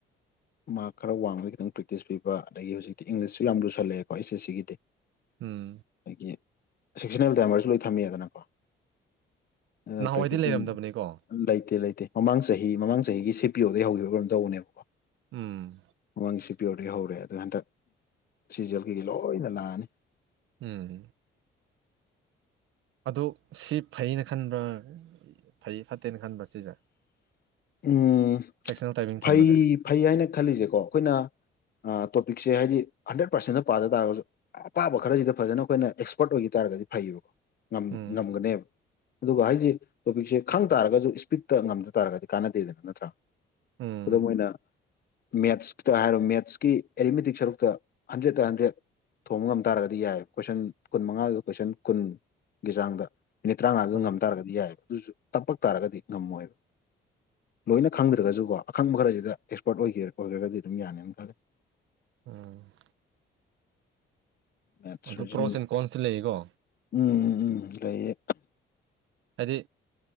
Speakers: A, on the left (about 50°); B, on the right (about 80°).
A: ꯃꯥ ꯈꯔ ꯋꯥꯡꯃꯗ ꯈꯤꯇꯪ ꯄ꯭ꯔꯦꯛꯇꯤꯁ ꯄꯤꯕ ꯑꯗꯒꯤ ꯍꯧꯖꯤꯛꯇꯤ ꯏꯪꯂꯤꯁꯁꯨ ꯌꯥꯝ ꯂꯨꯁꯜꯂꯛꯑꯦꯀꯣ ꯑꯩꯁꯦ ꯁꯤꯒꯤꯗꯤ
B: ꯎꯝ
A: ꯑꯩꯗꯒꯤ ꯁꯦꯛꯁꯟꯅꯕꯜ ꯇꯥꯏꯃꯔꯁꯨ ꯂꯣꯏ ꯊꯝꯃꯦꯗꯅꯀꯣ ꯑ
B: ꯅꯍꯥꯟꯋꯥꯏꯗꯤ
A: ꯄꯦꯛꯇꯤꯁ
B: ꯂꯩꯔꯝꯗꯕꯅꯤꯀꯣ
A: ꯂꯩ ꯂꯩꯇꯦ ꯂꯩꯇꯦ ꯃꯃꯥꯡ ꯆꯍꯤ ꯃꯃꯥꯡ ꯆꯍꯤꯒꯤ ꯁꯤ ꯄꯤ ꯑꯣꯗꯩ ꯍꯧꯈꯤꯕ ꯀꯔꯝ ꯇꯧꯕꯅꯦꯕꯀꯣ
B: ꯎꯝ
A: ꯃꯪꯁꯤ ꯄꯤꯣꯔꯤ ꯍꯧꯔꯦ ꯑꯗꯨ ꯍꯟꯗꯛ ꯁꯤꯖꯦꯜ ꯀꯩꯀꯩ ꯂꯣꯏꯅ ꯂꯥꯛꯑꯅꯤ
B: ꯎꯝ ꯑꯣ ꯁꯤ ꯐꯩꯅ ꯈꯟꯕ꯭ꯔꯥ ꯐꯩ ꯐꯠꯇꯦꯅ ꯈꯟꯕ꯭ꯔꯥ ꯁꯤꯁꯦ
A: ꯎꯝ
B: ꯁꯦꯛꯁꯅꯦꯜ ꯇꯥꯏꯃꯤꯡ ꯊꯝꯕꯁꯦ
A: ꯐꯩ ꯐꯩ ꯍꯥꯏꯅ ꯈꯜꯂꯤꯁꯦꯀꯣ ꯑꯩꯈꯣꯏꯅ ꯇꯣꯄꯤꯛꯁꯦ ꯍꯥꯏꯗꯤ ꯍꯟꯗ꯭ꯔꯦꯠ ꯄꯥꯔꯁꯦꯟꯗ ꯄꯥꯗ ꯇꯥꯔꯒꯁꯨ ꯑꯄꯥꯕ ꯈꯔꯁꯤꯗ ꯐꯖꯅ ꯑꯩꯈꯣꯏꯅ ꯑꯦꯛꯁꯄꯔꯠ ꯑꯣꯏꯈꯤ ꯇꯥꯔꯒꯗꯤ ꯐꯩꯌꯦꯕꯀꯣ
B: ꯎꯝ
A: ꯉꯝꯒꯅꯦꯕ ꯑꯗꯨꯒ ꯍꯥꯏꯁꯤ ꯇꯣꯄꯤꯛꯁꯦ ꯈꯪ ꯇꯥꯔꯒꯁꯨ ꯏꯁꯄꯤꯠꯇ ꯉꯝꯗ ꯇꯥꯔꯒꯗꯤ ꯀꯥꯟꯅꯗꯦꯗꯅ ꯅꯠꯇ꯭ꯔꯥ
B: ꯎꯝ
A: ꯈꯨꯗꯝ ꯑꯣꯏꯅ ꯃꯦꯠꯁꯇ ꯍꯥꯏꯔꯣ ꯃꯦꯠꯁꯀꯤ ꯑꯦꯔꯤꯃꯦꯇꯤꯛ ꯁꯔꯨꯛꯇ ꯍꯟꯗ꯭ꯔꯦꯠꯇ ꯍꯟꯗ꯭ꯔꯦꯠ ꯊꯣꯡꯕ ꯉꯝ ꯇꯥꯔꯒꯗꯤ ꯌꯥꯏ ꯀꯣꯏꯁꯟ ꯀꯨꯟ ꯃꯉꯥꯗꯨꯗ ꯀꯣꯏꯁꯟ ꯀꯨꯟꯒꯤ ꯆꯥꯡꯗ ꯃꯤꯅꯤꯠ ꯇꯔꯥꯃꯉꯥꯗꯨꯗ
B: ꯎꯝ
A: ꯉꯝ ꯇꯥꯔꯒꯗꯤ ꯌꯥꯏꯑꯕ ꯑꯗꯨꯁꯨ ꯇꯞꯄꯛ ꯇꯥꯔꯒꯗꯤ ꯉꯝꯃꯣꯏꯕ ꯂꯣꯏꯅ ꯈꯪꯗ꯭ꯔꯒꯁꯨꯀꯣ ꯑꯈꯪꯕ ꯈꯔꯁꯤꯗ ꯑꯦꯛꯁꯄꯔꯠ ꯑꯣꯏꯦ ꯑꯣꯏꯈ꯭ꯔꯒꯗꯤ ꯑꯗꯨꯝ ꯌꯥꯅꯦꯅ ꯈꯜꯂꯤꯦ
B: ꯎꯝ
A: ꯃꯔꯤꯖꯅꯤꯡ
B: ꯑꯗꯣ ꯄ꯭ꯔꯣꯁ ꯑꯦꯟ ꯀꯣꯟꯁꯇꯤ ꯂꯩꯀꯣ
A: ꯎꯝ ꯎ ꯎꯝ ꯂꯩꯌꯦ
B: ꯍꯥꯏꯗꯤ